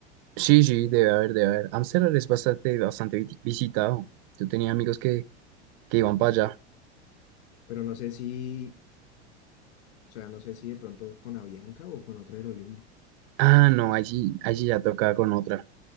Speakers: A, on the right; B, on the left.
A: sí, sí, debe haber, debe haber. Ámsterdam es bastante, bastante vi- visitado. Yo tenía amigos que, que iban para allá.
B: Pero no sé si, o sea, no sé si de pronto con Avianca o con otra aerolínea.
A: Ah, no, allí, allí ya toca con otra.